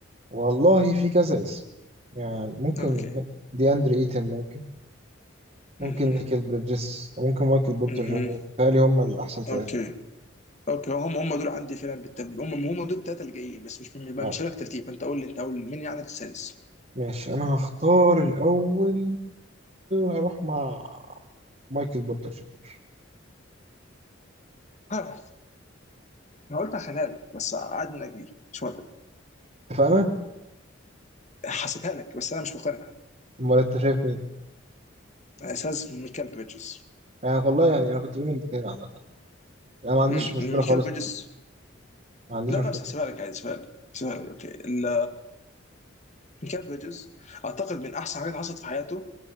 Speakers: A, on the right; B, on the left.
A: والله في كذا اسم يعني ممكن
B: اوكي
A: م- دي أندري إيتن ممكن ممكن
B: اها
A: نيكل بريدجز وممكن مايكل بورتر
B: اها
A: جونيور تهيألي هم الأحسن ثلاثة
B: اوكي اوكي هم هم دول عندي فعلا بالتب... هم هم دول الثلاثه اللي جايين بس مش مش
A: آه
B: هقول لك ترتيب انت قول لي انت قول مين عندك السادس؟
A: ماشي أنا هختار الأول هروح مع مايكل بورتر جونيور
B: ها، انا قلت هخليها لك بس قاعد انك بيه مش موافق
A: اتفقنا؟
B: هسيبها لك بس انا مش مقتنع
A: أمال أنت شايف مين؟
B: اساس ميكال بريدجز
A: يعني والله يعني انا كنت بين الاثنين عامه يعني ما عنديش
B: مم،
A: مشكله
B: ميكال
A: خالص
B: بريدجز
A: في دي ما عنديش
B: لا
A: مشكله
B: لا بس
A: خالص
B: هسيبها لك عادي هسيبها لك هسيبها لك اوكي ال- ميكال بريدجز اعتقد من احسن حاجات حصلت في حياته